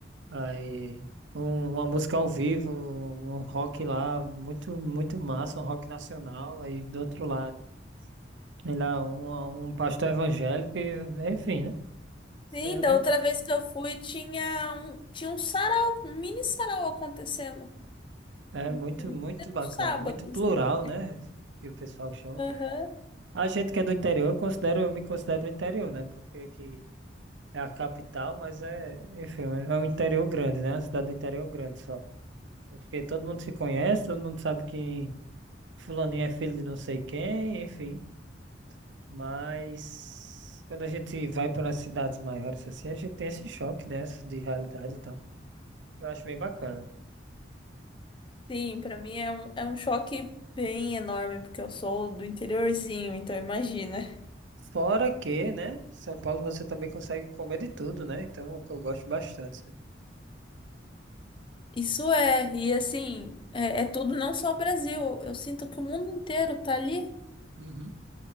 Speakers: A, on the right; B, on the left.
A: Aí, um- uma música ao vivo, um rock lá, muito, muito massa, um rock nacional. Aí do outro lado, sei lá, um, um pastor evangélico, e, enfim, né? Sendo,
B: Sim, da outra vez que eu fui, tinha um, tinha um sarau, um mini sarau acontecendo.
A: é
B: Um
A: muito,
B: um
A: muito bacana,
B: sábado,
A: é muito plural,
B: assim.
A: né? Que o pessoal chama.
B: Aham.
A: A gente que é do interior, eu considero, eu me considero do interior, né? Porque aqui é a capital, mas é, enfim, é é um interior grande, né? Uma cidade do interior grande só. Porque todo mundo se conhece, todo mundo sabe que fulaninho é filho de não sei quem, enfim. Mas quando a gente vai para cidades maiores assim, a gente tem esse choque, né, de realidade e tal. Eu acho bem bacana.
B: Sim, pra mim é um, é um choque bem enorme, porque eu sou do interiorzinho, então imagina.
A: Fora que, né, São Paulo você também consegue comer de tudo, né? Então, é o que eu gosto bastante, né?
B: Isso é, e assim, é, é tudo não só o Brasil. Eu sinto que o mundo inteiro tá ali.
A: Uhum.